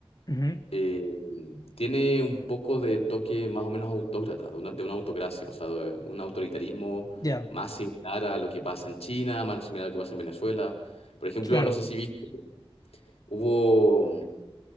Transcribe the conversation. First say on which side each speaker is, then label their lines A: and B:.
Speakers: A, on the left (about 40°); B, on the left (about 85°).
A: Ujú,
B: eh, tiene un poco de toque más o menos autócrata, de una, de una autocracia, o sea, de un autoritarismo
A: Ya,
B: más similar a lo que pasa en China, más similar a lo que pasa en Venezuela. Por ejemplo,
A: claro,
B: no sé si viste, hubo mm,